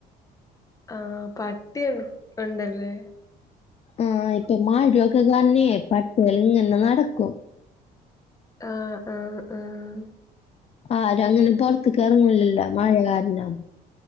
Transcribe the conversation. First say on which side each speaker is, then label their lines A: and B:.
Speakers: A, on the left (about 20°); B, on the left (about 40°).
A: ആഹ് പട്ടി ഉണ്ടല്ലേ
B: ആഹ് ഇപ്പൊ മാഴയൊക്കെ തന്നെയെ പട്ടികൽ ഇങ്ങനെ നടക്കും
A: ആഹ് ആഹ് ആഹ്
B: ആരും അങ്ങനെ പുറത്തക്ക് എറങ്ങലില്ല മഴ കാരണം